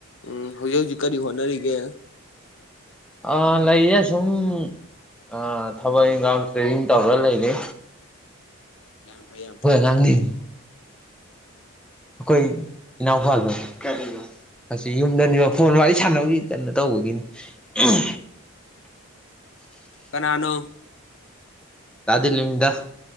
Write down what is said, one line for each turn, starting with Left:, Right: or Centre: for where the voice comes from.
Left: ꯎꯝ ꯍꯧꯖꯤꯛ ꯍꯧꯖꯤꯛ ꯀꯔꯤ ꯍꯣꯠꯅꯔꯤꯒꯦ
Centre: ꯑꯥ ꯂꯩꯌꯦ ꯑꯁꯨꯝ ꯑꯥ ꯊꯕꯛ
Left: ꯎꯝ
Centre: ꯏꯟꯈꯥꯡ ꯇ꯭ꯔꯦꯗꯤꯡ ꯇꯧꯔ ꯂꯩꯔꯤ
Left: ꯌꯥꯝ ꯐꯩ ꯌꯥꯝ
Centre: ꯈꯣꯏ
Left: ꯐꯩ
Centre: ꯑꯉꯥꯡꯅꯦꯃꯤ ꯑꯈꯣꯏ ꯏꯅꯥꯎꯄꯥꯥꯗꯣ ꯀꯥꯏ ꯂꯩꯕ ꯑꯁꯤ ꯌꯨꯝꯗꯅꯤꯕ ꯐꯣꯟ ꯋꯥꯔꯤ ꯁꯥꯟꯅꯕꯒꯤ ꯀꯩꯅꯣ ꯇꯧꯕꯒꯤꯅꯤ ꯎꯝ
Left: ꯀꯅꯥꯅꯣ
Centre: ꯗꯥ ꯗꯤꯂꯤꯞꯅꯤꯗ